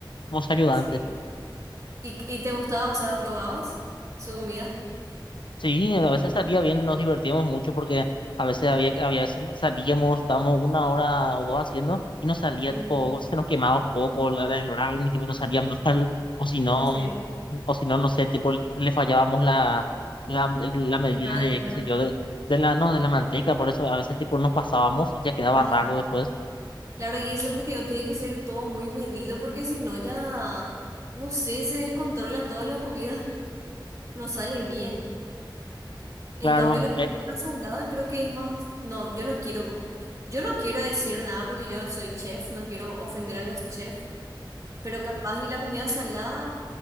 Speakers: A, on the left; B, on the right.
A: como su ayudante.
B: Sí. ¿Y, y te gustaba, o sea, probabas su comida?
A: Sí, a veces salía bien, nos divertíamos mucho porque a veces había, había veces salíamos, estábamos una hora o dos haciendo y nos salía
B: Mm,
A: tipo, se nos quemaba un poco la- la- el horario y tipo nos salíamos tal, o si no,
B: sí.
A: o si no, no sé, tipo le fallábamos la, la, la medida
B: Temperatura.
A: de, qué sé yo, de, de la, no, de la manteca, por eso a veces tipo nos pasábamos y ya quedaba
B: Basta.
A: raro después.
B: Claro, y eso es lo que te digo, tiene que ser todo muy medido porque si no ya, no sé, se descontrola toda la comida, no sale bien. En
A: Claro,
B: cambio la comida salada creo que es más, no, yo no quiero, yo no quiero decir nada porque yo no soy chef, no quiero ofender a los chefs, pero capaz y la comida salada